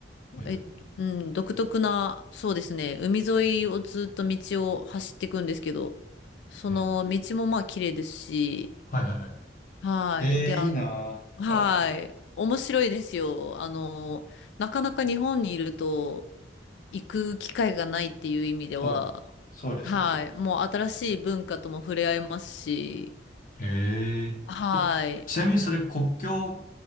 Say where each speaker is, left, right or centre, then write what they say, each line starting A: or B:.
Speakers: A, on the left (about 45°); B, on the left (about 75°).
A: ええ。
B: えっと、うん、独特な、そうですね、海沿いをずっと道を走っていくんですけど、その道もまあ、
A: ええ
B: 綺麗ですし、
A: はいはいはい。
B: はい。
A: ええいいなぁ。
B: で、あの、はい。
A: あー
B: 面白いですよ。あの、なかなか日本にいると行く機会がないっていう意味では、
A: そう、そうですね。
B: はい。もう新しい文化とも触れ合えますし、
A: へえ。
B: はい。
A: え、ちなみにそれ国境